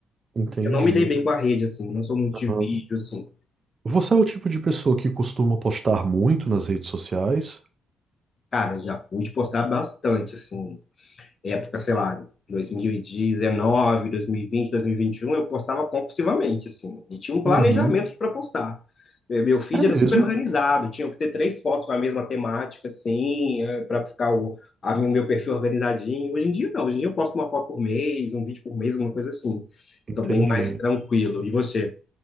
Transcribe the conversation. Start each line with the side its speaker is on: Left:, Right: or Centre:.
Right: entendi.
Left: Eu não me dei bem com a rede, assim, não sou muito de
Right: Aham.
Left: vídeo, assim.
Right: Você é o tipo de pessoa que costuma postar muito nas redes sociais?
Left: Cara, já fui de postar bastante, assim. época, sei lá, 2019, 2020, 2021, eu postava compulsivamente, assim, e tinha um
Right: Uhum.
Left: planejamento para postar. Eh, Meu feed
Right: É mesmo?
Left: era super organizado, tinha que ter três fotos com a mesma temática, assim, para ficar o a- o meu perfil organizadinho. Hoje em dia, não, hoje em dia eu posto uma foto por mês, um vídeo por mês, alguma coisa assim.
Right: Entendi.
Left: Tô bem mais tranquilo. E você?